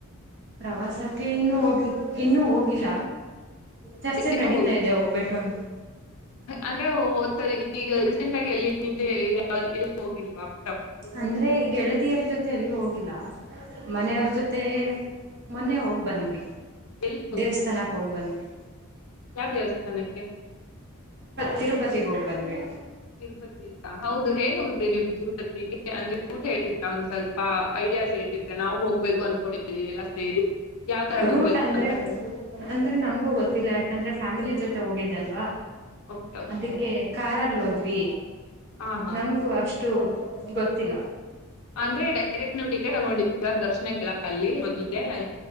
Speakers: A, on the right; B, on the left.
A: ಪ್ರವಾಸಕ್ಕೆ ಇನ್ನು ಹೋಗಿ ಇನ್ನೂ ಹೋಗಿಲ್ಲ ಚರ್ಚೆ
B: ಇನ್ನು
A: ನಡಿತಾ ಇದೆ ಹೋಗ್ಬೇಕುಂದು
B: ಅಂದ್ರೆ ಹದ್ಸ ಈಗ ರೀಸೆಂಟ್ ಆಗಿ ಎಲ್ಲಿ ಹಿಂದೆ ಇ ಹೋಗಿಲ್ವಾ <unintelligible>
A: ಅಂದ್ರೆ ಗೆಳತಿಯರ ಜೊತೆ ಎಲ್ಲ ಹೋಗಿಲ್ಲ ಮನೆಯವ್ರ ಜೊತೆ ಮೊನ್ನೆ ಹೋಗಿ ಬಂದ್ವಿ
B: ಎಲ್ಲಿ ಹೋಗಿದ್ರಿ
A: ದೇವಸ್ಥಾನಕ್ಕೆ ಹೋಗ್ ಬಂದ್ವಿ
B: ಯಾವ ದೇವಸ್ಥಾನಕ್ಕೆ
A: ತಿರುಪತಿಗೆ ಹೋಗಿ ಬಂದ್ವಿ
B: ತಿರುಪತಿ ಹೌದು ಹೇಗ್ ಹೋಗಿ ನೀವು ತಿರುಪತಿಗೆ ಅಂದ್ರೆ ಊಟ ಹೇಳ್ತರಾ ಒಂದ್ ಸ್ವಲ್ಪ <unintelligible> ಐಡಿಯಾಸಹೇಳ್ರಿನಾವು ಹೊಗಬೇಕು ಅನ್ಕೊಂಡಿದಿವಿ ಇ ಎಲ್ಲ <unintelligible> ಯಾವ ತರ
A: ರೂಟ್
B: ಹೋಗ್ಬೇಕು
A: ಅಂದ್ರೆ
B: ಅಂತ ಹೇಳಿ
A: ಅಂದ್ರೆ ನಂಗಂಗೂ ಗೊತ್ತಿಲ್ಲ ಯಾಕಂದ್ರೆ ಫ್ಯಾಮಿಲಿ ಜೊತೆ ಹೋಗಿದ್ದಲ್ವಾ
B: ಓಕೆ ಓಕೆ
A: ಅದಕ್ಕೆ ಕಾರಲ್ಲ ಹ <unintelligible> ವಿ
B: ಹಾ ಹಾ
A: ನಮಗು ಅಷ್ಟು ಗೊತ್ತಿಲ್ಲ
B: ಅಂದ್ರೆ ಡೈರೆಕ್ಟ್ ನೀವ್ ಟಿಕೆಟ್ ತಗೊಂಡಿದೀರಾ ದರ್ಶನಕ್ಕೆ ಅಲ್ಲಿ ಆಾ <inaudible>